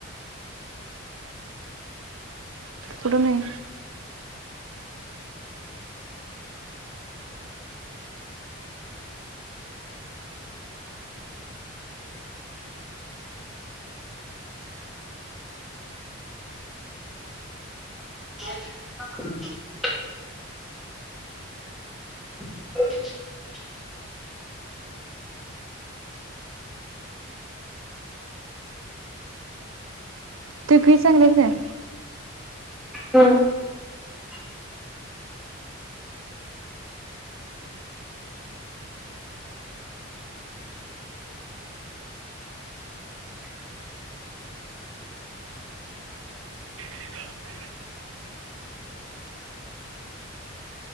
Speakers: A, on the right; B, in the centre.
A: कुट नाही.
B: <inaudible> <inaudible>
A: <unintelligible> काय?
B: हम्.
A: काय